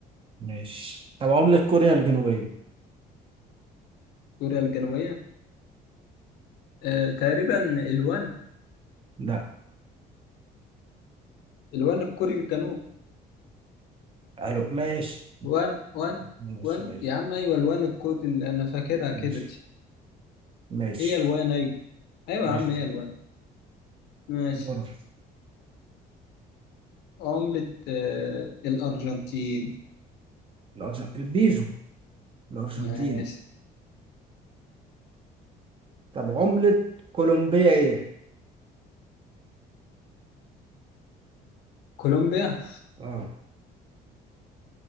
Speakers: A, on the right (about 30°); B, on the left (about 75°).
A: ماشي طب عملة كوريا الجنوبية
B: كوريا الجنوبية آه تقريبا الوان
A: لا
B: الوان الكوري الجنوب
A: الو ماشي
B: وان وان
A: ماشي
B: وان
A: ماشي
B: يا عم ايوه الوان الكوري اللي انا فاكرها
A: ماشي
B: كده دي.
A: ماشي
B: هي الوان ايوه ايوه
A: ماشي
B: يا عم هي الوان ماشي
A: دورك
B: عملة آه الأرجنتين
A: الأرجن- البيزو الأرجنتين
B: ماشي
A: طب عملة كولومبيا ايه؟
B: كولومبيا
A: اه